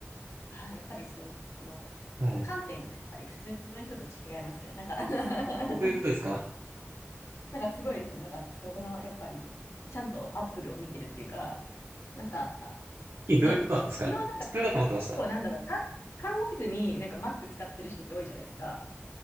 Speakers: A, on the left (about 75°); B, on the right (about 55°).
A: あー、やっぱりそう、その観点がやっぱり普通の人と違いますね。
B: はい。
A: なんか <laughs>
B: えどういうことですか
A: なんかすごいですね。なんか、そこの、やっぱり、ちゃんとアップルを見てるっていうか、なんか、
B: えどういうことなんですか普通だと思ってました。
A: ね、基本なんか、結構なんだろう、かん考えずに、なんか Mac 使ってる人って多いじゃないですか。